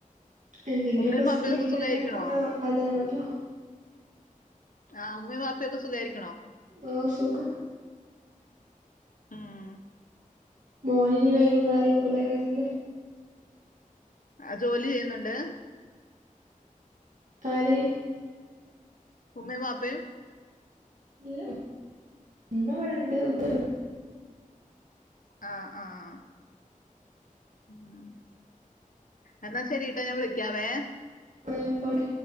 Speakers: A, on the right; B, on the left.
A: എന്തെങ്കിലൊക്കെ
B: ഉമ്മയും ബാപ്പയൊക്കെ
A: സ്കില്ല്
B: സുഖായിരിക്കണോ?
A: ണ്ടാക്കുന്നത് നല്ലതാണല്ലോ
B: ആഹ് ഉമ്മീം വാപ്പിയോക്കെ സുഖായിരി
A: ഓഹ് സുഖം
B: ഉംഹ്
A: മോനി നി വൈകുന്നേരേകുലെ വരൽ
B: അ ജോലി ചെയ്യുന്നുണ്ട്
A: ആര്
B: ഉമ്മേം വാപ്പേം
A: ഇല്ല ഉമ്മ വടെണ്ട് പ്പയും
B: ആ ആഹ് ഉം എന്നാ ശരി ന്നാഞൻ വിളിക്കാവേ
A: അയ്ക്കോട്ടെ